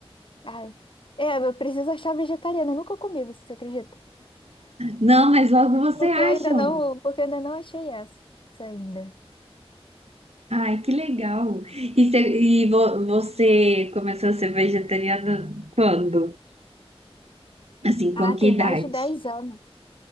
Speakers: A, on the left; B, on the right.
A: Ah, é, eu preciso achar vegetariana. Eu nunca comi, você acredita?
B: Não, mas logo você
A: Porque
B: acham.
A: eu ainda não, porque eu ainda não achei essa ainda.
B: Ai, que legal. E, cê- e vo- você começou a ser vegetariana quando? Assim, com
A: Ah, tem
B: que idade?
A: mais de 10 anos,